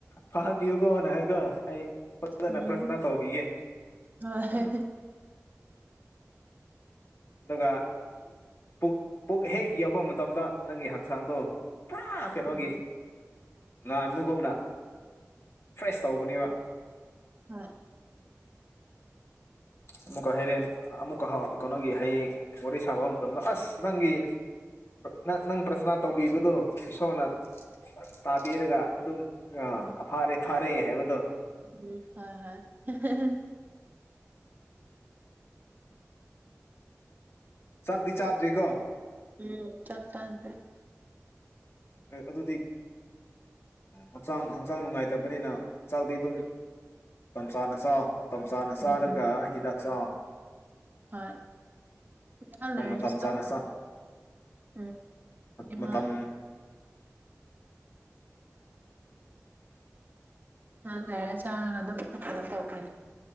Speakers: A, on the left (about 55°); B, on the right (about 35°).
A: ꯐꯍꯟꯕꯤꯌꯨ ꯀꯣꯅ ꯍꯥꯏꯀꯣ ꯑꯩ ꯐꯖꯅ
B: ꯎꯝ
A: ꯄ꯭ꯔꯁꯅ ꯇꯧꯕꯤꯒꯦ
B: ꯍꯣꯏ
A: ꯎ ꯑꯗꯨꯒ ꯄꯨꯛ ꯄꯨꯛ ꯍꯦꯛ ꯌꯧꯕ ꯃꯇꯝꯗ ꯅꯪꯒꯤ ꯍꯛꯆꯥꯡꯗꯣ ꯄꯨꯔꯥ ꯀꯩꯅꯣꯒꯤ
B: ꯎꯝ
A: ꯉꯥꯟꯒꯨꯝꯅ ꯐ꯭ꯔꯦꯁ ꯇꯧꯕꯅꯦꯕ
B: ꯍ
A: ꯑꯃꯨꯛꯀ ꯍꯩꯔꯦꯟ ꯑꯃꯨꯛꯀ ꯀꯩꯅꯣꯒꯤ ꯍꯌꯦꯡ ꯋꯥꯔꯤ ꯁꯥꯕ ꯃꯇꯝꯗ ꯑꯁ ꯅꯪꯒꯤ ꯅꯪ ꯅꯪ ꯄ꯭ꯔꯁꯅꯥ ꯇꯧꯕꯤꯕꯗꯨ ꯏꯁꯣꯔꯅ ꯇꯥꯕꯤꯔꯒ ꯑꯗꯨꯝ ꯑ ꯐꯥꯔꯦ ꯐꯥꯔꯦ ꯍꯥꯏꯕꯗꯣ
B: ꯎꯝ ꯍꯣꯏ ꯍꯣꯏ
A: ꯆꯥꯛꯗꯤꯤ ꯆꯥꯗ꯭ꯔꯤꯀꯣ
B: ꯎꯝ ꯆꯥꯛ ꯆ꯭ꯔꯦ
A: ꯎꯝ ꯑꯗꯨꯗꯤ ꯍꯛꯆꯥꯡ ꯍꯛꯆꯥꯡ ꯅꯨꯡꯉꯥꯏꯇꯕꯅꯤꯅ ꯆꯥꯛꯗꯤ ꯑꯗꯨꯝ ꯃꯇꯝ ꯆꯥꯅ ꯆꯥꯎ ꯃꯇꯝ ꯆꯥꯅ
B: ꯎꯝ
A: ꯆꯥꯔꯒ ꯍꯤꯗꯥꯛ ꯆꯥ
B: ꯍꯣꯏ ꯉꯍꯥꯛ ꯂꯩꯔꯗꯤ
A: ꯃꯇꯝ
B: ꯆꯥꯈ꯭ꯔꯅꯤ
A: ꯆꯥꯅꯁ
B: ꯎꯝ ꯏꯃꯥ
A: ꯃꯇꯝ ꯎꯝ
B: ꯍ ꯂꯔ ꯆꯥ ꯑꯗꯨ ꯇꯧꯗ